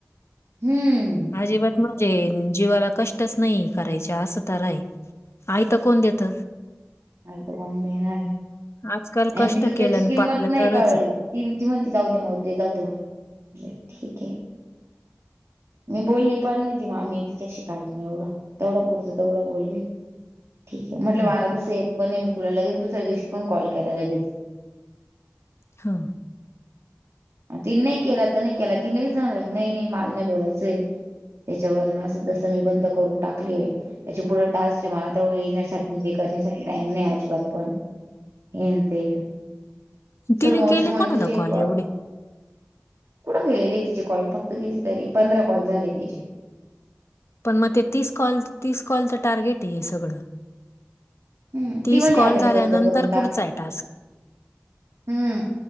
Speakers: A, on the right; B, on the left.
A: हम्म
B: अजिबात म्हणजे जीवाला कष्टच नाही करायच्या असं तरा आहे. आयत कोण देत.
A: आयत कोण देणारे,
B: आजकाल
A: आणि
B: कष्ट
A: तिला
B: केलं
A: त्याची
B: आणि
A: किंमत
B: पाळलं
A: नाही
B: तरच
A: कळली.
B: आहे.
A: त ती म्हणती जाऊ दे, मरु दे, जाऊ दे म्ह म्हटल ठीके. मी बोलली पण नाही, ती आम्ही तिच्याशी काल पण एवढ, तेवढ पुरतं तेवढ बोली. ठीक आहे म्हटलं,
B: हं,
A: मला तस येत पण नाही मी तुला लगेच दुसऱ्या दिवशी पण कॉल केला लगेच.
B: हा
A: ति नाही केला तु नाही केला ति <unintelligible> नाही नाही, माला नाही बोलायचं. त्याच्या <unintelligible> अस तस मी बंद करून टाकलीय. त्याच्या पुढे टास्क आहे. मला तेवढं येण्यासाठी आणि हे करण्यासाठी टाइम नाही अजिबात पण हेन ते,
B: तिने
A: सरू मावशी
B: केले
A: म्हणे
B: कोणाला
A: तुझे
B: कॉल
A: एक
B: एवढे
A: कुठं केलेले तिचे, कॉल फक्त किती तरी पंधरा कॉल झाले तिचे.
B: पण मग ते तीस कॉल तीस कॉलचं टार्गेट आहे सगळं.
A: हम्म,
B: तीस
A: ती म्हणते
B: कॉल
A: आता
B: झाल्यानंतर
A: मी बंद करून टाक.
B: पुढचा आहे टास्क
A: हम्म